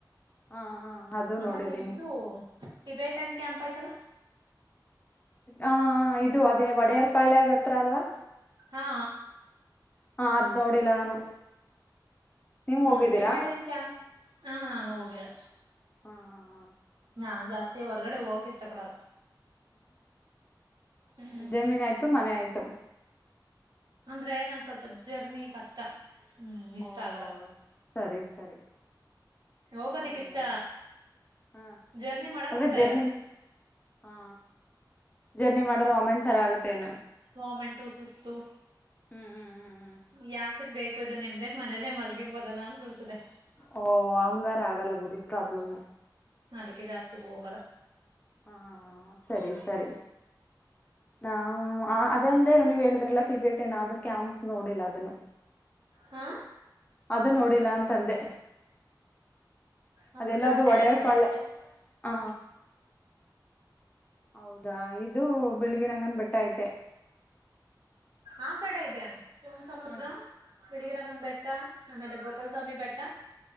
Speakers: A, on the left; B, on the right.
A: ಹ ಹ ಅದು
B: ಆಮೇಲೆ
A: ನೋಡಿದ್ದೀನಿ
B: ಇದು ಟಬೆಟನ್ ಕ್ಯಾಂಪ್ ಆಯ್ತಲ್ಲ
A: ಹ ಇದು ಅದೇ ಒಡೆಯರ್ ಪಳ್ಯದ್ ಹತ್ರ ಅಲ್ವಾ.
B: ಹಾ
A: ಹಾ ಅದ್ ನೋಡಿಲ್ಲ ನಾನು ನೀವ್
B: ಹ್ಮ್
A: ಹೋಗಿದ್ದೀರಾ
B: ತಿವೇಟೆನ್ ಕ್ಯಾಂಪ್ ಹಾ ನಾನು ಹೋಗಿಲ್ಲ
A: ಹ ಹ ಹ
B: ನಾನ್ ಜಾಸ್ತಿ ಹೊರ್ಗಡೆ ಹೋಗಕೆ ಇಷ್ಟ ಪಡಲ್ಲ ಹ್ಮ್
A: ಜಮೀನ್ ಆಯ್ತು ಮನೆ ಆಯ್ತು
B: ಅಂದ್ರೆ ನಂ ಸ್ವಲ್ಪ ಜರ್ನಿ ಕಷ್ಟ ಹ್ಮ್ ಇಷ್ಟ
A: ಓ
B: ಆಗಲ್ಲ
A: ಸರಿ ಸರಿ
B: ಹೋಗೋದಿಕ್
A: ಹಂಗಾದ್ರೆ
B: ಇಷ್ಟ
A: ಹ್ಮ
B: ಜರ್ನಿ ಮಾಡಕ್
A: ಅಂದ್ರೆ
B: ಇಷ್ಟ
A: ಜರ್ನಿ
B: ಇಲ್ಲ
A: ಹಾ ಜರ್ನಿ ಮಾಡ್ರ ವಿಮೆಟ ಚರ ಆಗತ್ತೆ ನು
B: ವಮೆಂಟು ಸುಸ್ತು
A: ಹ್ಮ್ ಹ್ಮ್ ಹ್ಮ್ ಹ್ಮ್
B: ಯ ತ್ತಕ್ ಬೇಕು ಇದು ನಿಮ್ದಕ್ ಮನೇಲೆ ಮಲ್ಗಿರ್ಬೋದಲ್ಲ ಅನ್ಸುಡ್ತದೆ
A: ಓ ಹಂಗಾರ ಆಗಲ್ಲ ಬಿಡಿ ಪ್ರಾಬ್ಲಮ್
B: ಅದಕ್ಕೆ ಜಾಸ್ತಿ ಹೋಗಲ್ಲ
A: ಹಾ ಸರಿ ಸರಿ ನಾ ಅದಂದೇನು ನೀವ್ ಹೇಳಿದ್ರಲ್ಲ ಟಿಬೇಟ್ ಏನೂ ಕ್ಯಾಂಪ್ ನೋಡಿಲ್ಲ ಅದನ್ನು
B: ಹ್ಮ
A: ಅದು ನೋಡಿಲ್ಲ ಅಂತಂದೆ
B: ಅದ್
A: ಅದೆ
B: ಬಿಟ್ರೆ
A: ಎಲ್ಲಾದೂ
B: ಒಂದ್ ಡ್ಯಾಮ್
A: ಒಡೆಯರ್
B: ಇದೆ
A: ಪಾಳ
B: ಅಷ್ಟೇ
A: ಹ ಹೌದಾ ಇದು ಬೆಳಗಿ ರಂಗನ್ ಬೆಟ್ಟ ಐತೆ
B: ಆ ಕಡೆ ಇದದೆ ಶಿವನ್ ಸಮುದ್ರ
A: ಹಾ
B: ಬಿಳಗಿರಂಗನ್ ಬೆಟ್ಟ ಆಮೇಲೆ ಗೋಪಾಲಸ್ವಾಮಿ ಬೆಟ್ಟ